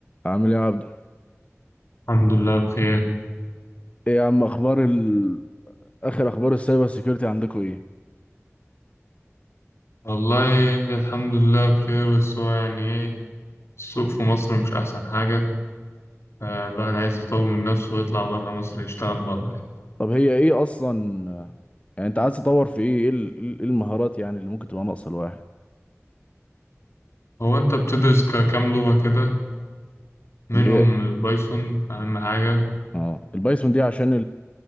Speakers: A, on the left; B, on the left.
A: عامل ايه يا عبدو
B: الحمد لله بخير
A: ايه يا عم اخبار ال... اخر اخبار السايبر سيكيورتي عندكم ايه
B: والله الحمد لله بخير بس هو يعني ايه السوق في مصر مش أحسن حاجة فالواحد عايز يطور من نفسه ويطلع برا مصر يشتغل برا يعني.
A: طب هي ايه اصلا يعني انت عايز تطور في ايه ايه ال- إيه المهارات يعني اللي ممكن تبقى ناقصه الواحد
B: هو أنت بتدرس ك- كام لغة كده منهم
A: اللي هي
B: البايثون أهم حاجة
A: اه البايثون دي عشان